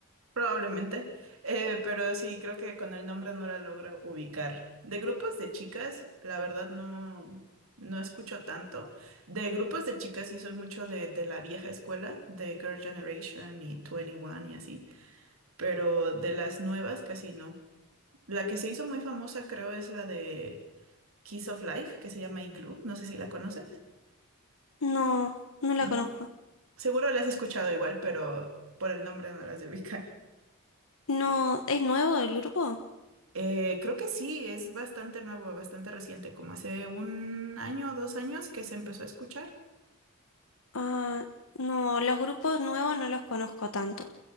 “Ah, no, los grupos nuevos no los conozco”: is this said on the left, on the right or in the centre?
Left